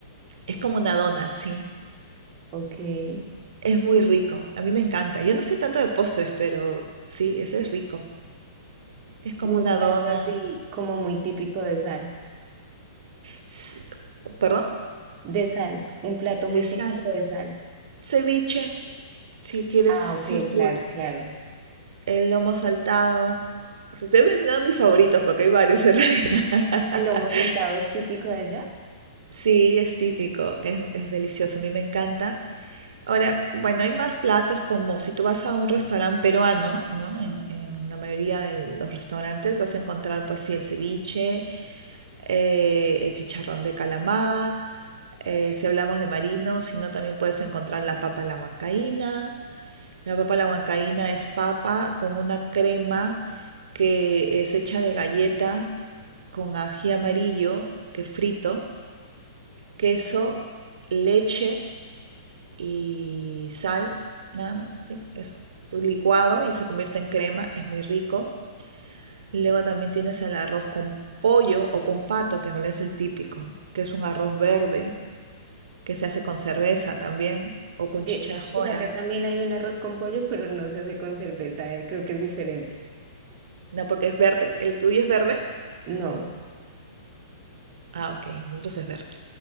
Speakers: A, on the right (about 75°); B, on the right (about 30°).
A: Es como una dona, sí.
B: ok. Y
A: Es muy rico, a mí me encanta. Yo no sé tanto de postres, pero sí, ese es rico. Es como
B: un
A: una
B: plato
A: dona,
B: así como muy típico de sal.
A: s- perdón,
B: De sal, un plato muy
A: de sal.
B: típico de sal.
A: Ceviche. Si quieres
B: Ah,
A: seafood,
B: ok, claro, claro.
A: el lomo saltado. Te estoy mencionando mis favoritos porque hay varios en realidad.
B: ¿El lomo
A: <laughs>
B: saltado es típico de allá?
A: Sí, es típico, es, es delicioso, a mí me encanta. Ahora, bueno, hay más platos como si tú vas a un restaurante peruano, ¿no? En, en la mayoría de los restaurantes vas a encontrar, pues sí, el ceviche, eh, el chicharrón de calamar. eh, si hablamos de marinos, si no, también puedes encontrar la papa a la huancaína. La papa a la huancaína es papa con una crema que es hecha de galleta con ají amarillo que frito, queso, leche y sal, nada más, sí, eso. licuado y se convierte en crema, es muy rico. Luego también tienes el arroz con pollo o con pato, que en realidad es el típico, que es un arroz verde que se hace con cerveza también o
B: Sí,
A: con chicha de jora.
B: pues acá también hay un arroz con pollo, pero no se hace con cerveza, eh, Creo que es diferente.
A: No, porque es verde, el tuyo es verde.
B: No,
A: Ah, ok, nosotros es verde.